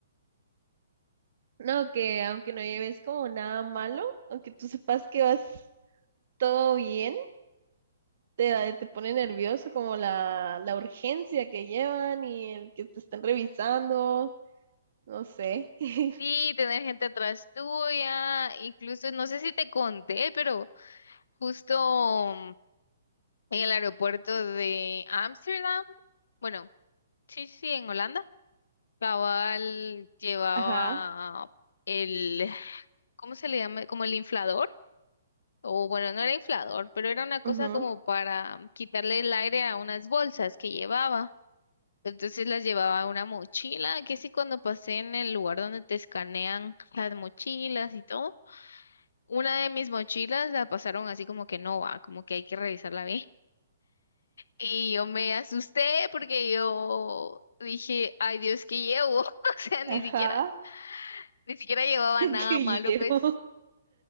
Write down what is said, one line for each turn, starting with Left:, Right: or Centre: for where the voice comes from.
Right: No, que aunque no lleves como nada malo, aunque tú sepas que vas todo bien te, da- te pone nervioso como la, la urgencia que llevan y el que te están revisando, no sé. <laughs>
Left: Sí, tener gente atrás tuya, incluso no sé si te conté, pero justo mm, en el aeropuerto de Ámsterdam, bueno, sí, sí, en Holanda, Cabal llevaba
Right: Ajá,
Left: el, ¿cómo se le llama? Como el inflador. o bueno, no era inflador, pero era una cosa
Right: ujú,
Left: como para quitarle el aire a unas bolsas que llevaba. Entonces las llevaba a una mochila, que sí cuando pasé en el lugar donde te escanean las mochilas y todo, una de mis mochilas la pasaron así como que no va, como que hay que revisarla bien. <laughs> Y yo me asusté porque yo dije, ay Dios, ¿qué llevo? <laughs> O sea, ni
Right: ajá,
Left: siquiera, ni siquiera llevaba
Right: <laughs>
Left: nada
Right: que
Left: malo,
Right: llevo,
Left: pues.